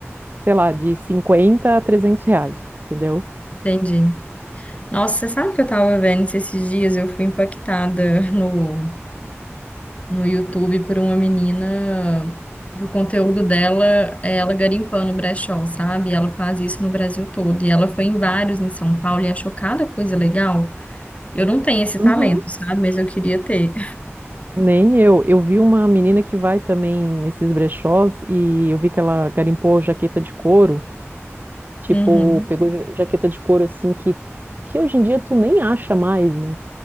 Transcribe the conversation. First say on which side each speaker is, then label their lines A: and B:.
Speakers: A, on the right; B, on the left.
A: sei lá, de 50 a 300 reais, entendeu?
B: entendi. Nossa, você sabe que eu tava vendo esses dias, eu fui impactada <laughs> no no YouTube por uma menina que o conteúdo dela é ela garimpando brechó, sabe? Ela faz isso no Brasil todo. E ela foi em vários em São Paulo e achou cada coisa legal. Eu não tenho esse
A: Uhum.
B: talento, sabe? Mas eu queria ter.
A: Nem eu. Eu vi uma menina que vai também nesses brechós e eu vi que ela garimpou jaqueta de couro. Tipo,
B: Uhum.
A: pegou ja- jaqueta de couro assim que, que hoje em dia tu nem acha mais, né?